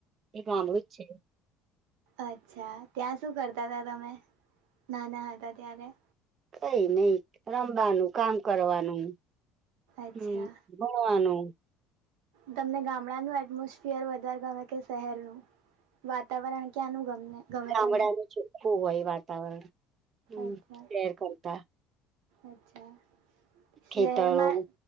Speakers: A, on the right; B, on the right.
A: એ મામડુંત છે.
B: અચ્છા ત્યાં શું કરતા હતાા તમે નાના હતા ત્યારે
A: કઈ નઈ રમવાનું કામ કરવાનું.
B: અચ્છા
A: હમ, ભણવાનું..
B: તમને ગામડાનું એટમોસફિયર વધારે ગમે કે શહેરનું? વાતાવરણ ક્યાંનું ગમે?
A: ગામડાનું
B: તમને
A: ચોખ્ખું હોય વાતાવરણ, હં
B: અચ્છા
A: શેર કરતા.
B: અચ્છા, શહેરમાં
A: ખેતરો